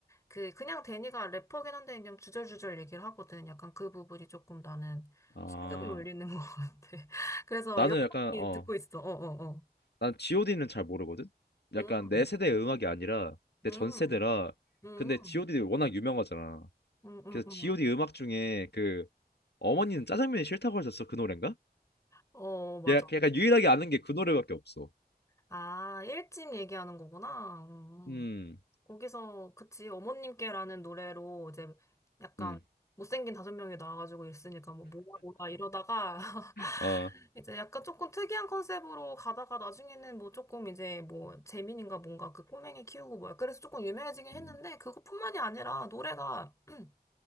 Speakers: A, on the left; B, on the left.
A: 그 그냥 데니가 래퍼긴 한데 그냥 주절주절 얘기를 하거든. 약간 그 부분이 조금 나는
B: 아.
A: 심금을 울리는 것 같아. <laughs> 그래서
B: 나는
A: 여성이
B: 약간 어.
A: 듣고 있어. 어어어.
B: 난 G.O.D는 잘 모르거든.
A: 음,
B: 약간 내 세대의 음악이 아니라 내
A: 음,
B: 전 세대라.
A: 음.
B: 근데 G.O.D 워낙 유명하잖아.
A: 음, 음,
B: 그래서
A: 음,
B: G.O.D
A: 음.
B: 음악 중에 그 어머니는 짜장면이 싫다고 하셨어 그 노래인가?
A: 어, 맞아.
B: 야- 약간 유일하게 아는 게 그 노래밖에 없어.
A: 아, 일집 얘기하는 거구나. 음.
B: 음,
A: 거기서, 그치, 어머님께라는 노래로 이제 약간
B: 음,
A: 못생긴 다섯 명이 나와가지고 있으니까 뭐 뭐야 뭐야 이러다가 <laughs>
B: 어,
A: 이제 약간 조금 특이한 컨셉으로 가다가 나중에는 뭐 조금 이제 뭐 재민인가 뭔가 그 꼬맹이 키우고 뭐야. 그래서 조금 유명해지긴 했는데
B: 음,
A: 그것뿐만이 아니라 노래가 <clears throat>